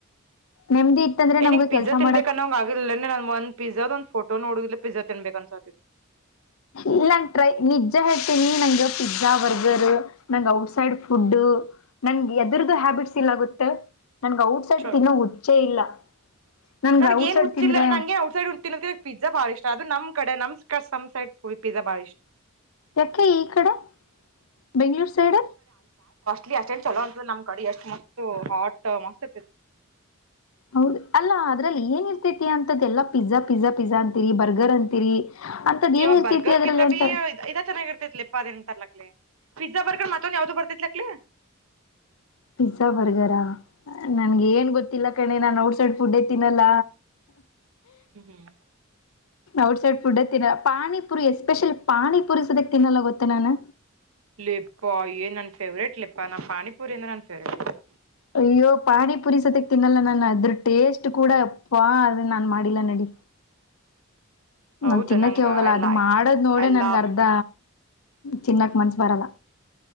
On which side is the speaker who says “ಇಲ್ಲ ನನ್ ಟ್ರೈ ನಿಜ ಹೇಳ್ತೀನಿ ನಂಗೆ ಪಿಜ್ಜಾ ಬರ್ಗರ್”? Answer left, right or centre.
Left